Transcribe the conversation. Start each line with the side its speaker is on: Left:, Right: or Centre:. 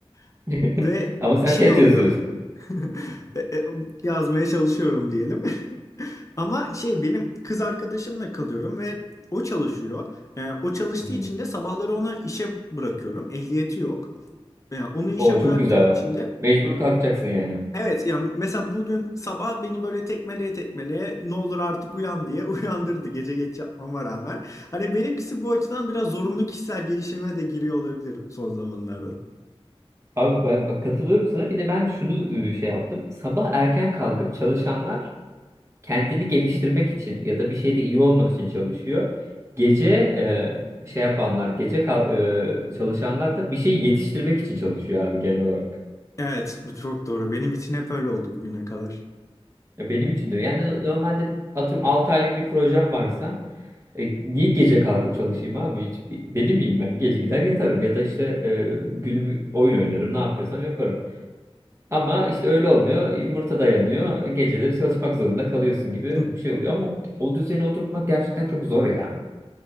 Left: Eee,
Right: <laughs>
Left: ve
Right: Ama sen
Left: şey
Right: tez
Left: oluyor.
Right: yazıyorsun.
Left: <laughs> E, e, Yazmaya çalışıyorum diyelim. <laughs> Ama şey benim kız arkadaşımla kalıyorum ve o çalışıyor. Ee, o çalıştığı
Right: Hmm.
Left: için de sabahları onu işe bırakıyorum. Ehliyeti yok. Yani onu işe
Right: O çok
Left: bıraktığım
Right: güzel bak.
Left: için de
Right: Mecbur kalkacaksın yani.
Left: evet yani mesela bugün sabah beni böyle tekmeleye tekmeleye ne olur artık uyan diye <laughs> uyandırdı gece geç yatmama rağmen. Hani benimkisi bu açıdan biraz zorunlu kişisel gelişime de giriyor olabilir son zamanlarda.
Right: Abi ben bak katılıyorum sana. Bir de ben şunu e, şey yaptım. Sabah erken kalkıp çalışanlar kendini geliştirmek için ya da bir şeyde iyi olmak için çalışıyor. Gece e, şey yapanlar, gece kal- e, çalışanlar da bir şey yetiştirmek için çalışıyor abi genel olarak.
Left: Evet bu çok doğru. Benim için hep öyle oldu bugüne kadar.
Right: Ya benim için de. Yani normalde atıyorum 6 aylık bir projem varsa e, niye gece kalkıp çalışayım abi? Hiç, e, deli miyim ben? Gece gider yatarım ya da işte e, günümü oyun oynarım ne yapıyorsam yaparım. Ama işte öyle olmuyor. Yumurta dayanıyor. Geceleri çalışmak zorunda kalıyorsun gibi
Left: <laughs>
Right: bir şey oluyor. Ama o düzeni oturtmak gerçekten çok zor ya.